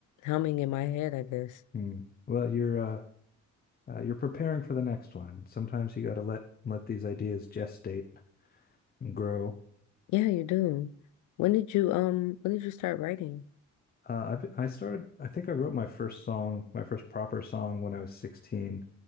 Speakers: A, on the left (about 80°); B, on the left (about 30°).
A: humming in my head, I guess.
B: Hmm. Well, you're, uh, uh, you're preparing for the next one. Sometimes you got to let let these ideas gestate and grow.
A: Yeah, you do. When did you um when did you start writing?
B: Uh, I I started. I think I wrote my first song, my first proper song, when I was 16,